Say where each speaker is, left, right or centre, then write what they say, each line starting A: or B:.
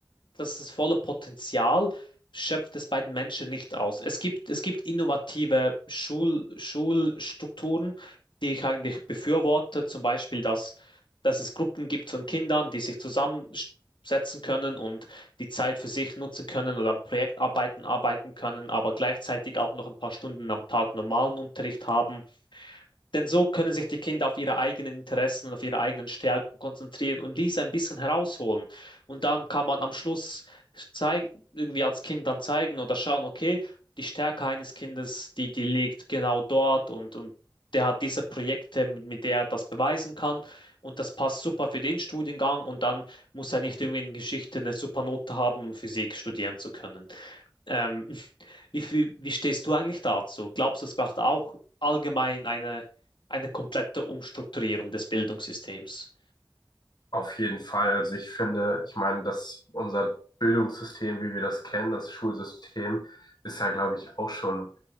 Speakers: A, on the left; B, on the left.
A: das ist volle Potenzial, schöpft es bei den Menschen nicht aus. Es gibt, es gibt innovative Schul, Schulstrukturen, die ich eigentlich befürworte, zum Beispiel, dass, dass es Gruppen gibt von Kindern, die sich zusammensetzen können und die Zeit für sich nutzen können oder an Projektarbeiten arbeiten können, aber gleichzeitig auch noch ein paar Stunden am Tag normalen Unterricht haben. Denn so können sich die Kinder auf ihre eigenen Interessen und auf ihre eigenen Stärken konzentrieren und diese ein bisschen herausholen. Und dann kann man am Schluss zeigen, irgendwie als Kind dann zeigen oder schauen, okay, die Stärke eines Kindes, die, die liegt genau dort und, und der hat diese Projekte, mit, mit der er das beweisen kann und das passt super für den Studiengang und dann muss er nicht irgendwie in Geschichte eine super Note haben, um Physik studieren zu können. Ähm, <laughs> wie viel, wie stehst du eigentlich dazu? Glaubst du, es braucht auch allgemein eine, eine komplette Umstrukturierung des Bildungssystems?
B: Auf jeden Fall. Also ich finde, ich meine, dass unser Bildungssystem, wie wir das kennen, das Schulsystem, ist ja, glaube ich, auch schon